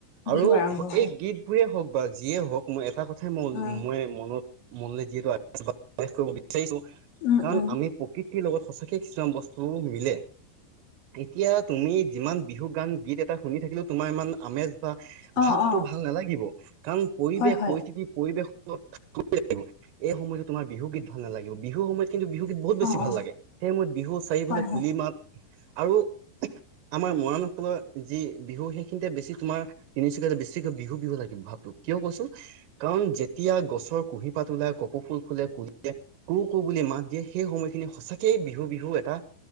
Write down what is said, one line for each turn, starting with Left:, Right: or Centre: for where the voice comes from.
Right: আৰু
Left: বিহু আৰম্ভ হয়
Right: এই গীত গীতবোৰেই হওক বা যিয়ে হওক মই এটা কথাই মই-মই
Left: উম
Right: মনত <inaudible> মনলে যিহেতু আহি <unintelligible> প্ৰকাশ কৰিব বিচাৰিছো
Left: উম
Right: কাৰণ
Left: উম
Right: আমি প্ৰকৃতিৰ লগত সঁচ সঁচাকে কিছুমান বস্তু মিলে, এতিয়া তুমি যিমান বিহু গান গীত এটা <unintelligible> শুনি থাকিলো তোমাৰ ইমান আমেজ <unintelligible>
Left: অ
Right: ভাৱটো
Left: অ
Right: ভাল নালাগিব কাৰণ পৰিৱেশ,
Left: হয় হয়
Right: পৰিস্থিতি পৰিৱেশ <unintelligible> এই সময়তো তোমাৰ বিহু গীত ভাল নালাগিব, বিহু সময়ত কিন্তু বিহু বহুত বেছি
Left: অ
Right: ভাল
Left: অ
Right: লাগে সেয়ে মই বিহু চাৰিফালে
Left: হয় হয়।
Right: কুলি মাত আৰু আমাৰ মৰাণসকলৰ যি বিহু সেইখিনিতে বেছি তোমাৰ তিনিচুকীয়াতে বেছিকৈ বিহু বিহু লাগিব ভাৱটো কিয় কৈছো কাৰণ যেতিয়া গছৰ কুঁহি পাত ওলাই কপৌ ফুল ফুলে, কুলিয়ে কু কু বুলি মাত দিয়ে সেই সময়খিনি সঁচাকেই বিহু বিহু এটা